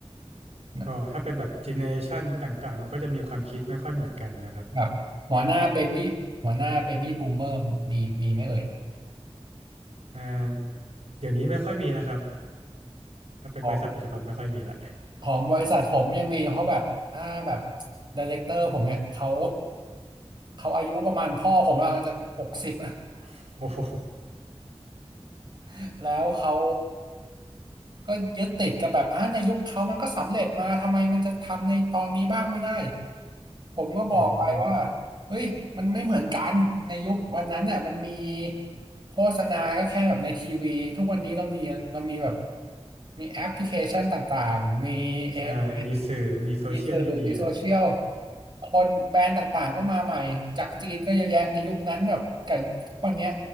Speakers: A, on the right; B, on the right.
A: ห
B: ก็ถ้าเป็นแบบเจเนอเรชันต่างๆมันก็จะมีความคิดไม่ค่อยเหมือนกันนะครับ
A: แบบหัวหน้าเบบี้หัวหน้าเบบี้บูมเมอร์มีมีไหมเอ่ย
B: อ่าเดี๋ยวนี้ไม่ค่อยมีแล้วครับถ้าเป็นบริษัทปัจจุบันไม่ค่อยมีละ
A: ของของบริษัทผมยังมีเพราะแบบถ้าแบบไดเรคเตอร์ผมเนี่ยเขาเขาอายุประมาณพ่อผมอาจจะหกสิบ
B: <laughs> โอ้โห
A: <laughs> แล้วเขาก็ยึดติดกับแบบอ่าในยุคเขามันก็สำเร็จมาทำไมมันจะทำในตอนนี้บ้างไม่ได้ผมก็บอกไปว่า
B: อืม
A: เฮ้ยมันไม่เหมือนกันในยุควันนั้นน่ะมันมีโฆษณาก็แค่แบบในทีวีทุกวันนี้เรามีเรามีแบบมีแอปพลิเคชันต่างๆมี AI
B: ใช่มีสื่อมีโซเชียลมีเดีย
A: มีสื่อมีโซเชียลคนแบรนด์ต่างๆก็มาใหม่จากจีนก็เยอะแยะในยุคนั้นแบบกับทุกวันเนี้ย